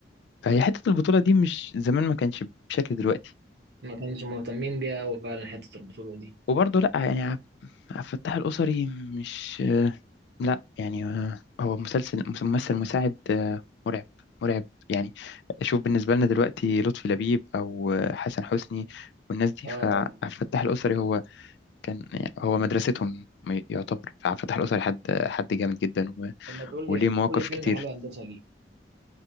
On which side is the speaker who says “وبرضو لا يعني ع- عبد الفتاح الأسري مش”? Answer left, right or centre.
Left